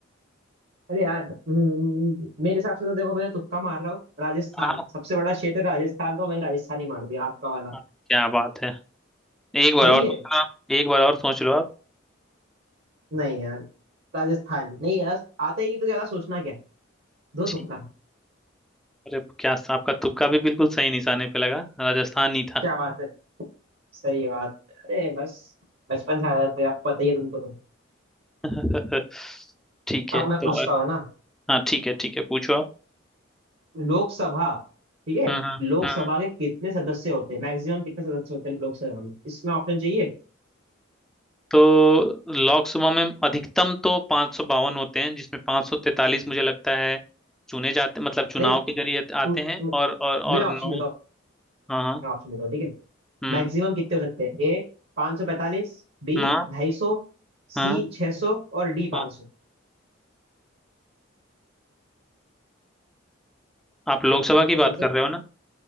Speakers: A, on the right (about 60°); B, in the centre.
A: अरे यार हम्म, मेरे हिसाब से तो देखो मैं तो तुक्का मार रहा हूँ राजस्थान
B: हाँ
A: सबसे बड़ा क्षेत्र है राजस्थान तो मैंने राजस्थान ही मार दिया आपका वाला
B: हाँ, क्या बात है एक बार
A: सही
B: और
A: है
B: सोच लो आप एक बार और सोच लो आप
A: नहीं यार राजस्थान नहीं यार आता ही नहीं तो ज्यादा सोचना क्या दो
B: ठीक
A: तुक्का
B: अरे क्या आपका तुक्का भी बिल्कुल सही निशाने पे लगा राजस्थान ही था
A: क्या बात है सही बात है। अरे बस बचपन से आदत है अब पता ही है तुमको तो
B: <laughs> ठीक
A: अब
B: है
A: मैं
B: तो
A: पूछता हूँ ना
B: हाँ ठीक है ठीक है पूछो आप
A: लोकसभा ठीक है
B: हम्म हम्म
A: लोकसभा
B: हम्म।
A: के कितने सदस्य होते हैं मैक्सिमम कितने सदस्य होते हैं लोकसभा में इसमें ऑप्शन चाहिए
B: तो लोकसभा में अधिकतम तो पाँच सौ बावन होते हैं जिसमें पाँच सौ तैतालीस मुझे लगता है चुने जाते मतलब चुनाव
A: नहीं
B: के जरिए आते
A: म-
B: हैं
A: म-
B: और और और
A: मैं ऑप्शन
B: नौ
A: देता हूँ
B: हाँ हाँ
A: मैं ऑप्शन देता हूँ ठीक है
B: हम्म
A: मैक्सिमम कितने हो सकते हैं ए 545 बी
B: हाँ
A: 250 सी
B: हाँ
A: 600 और डी 500
B: हाँ आप लोकसभा
A: सोचो
B: की बात
A: सोचो
B: कर रहे हो ना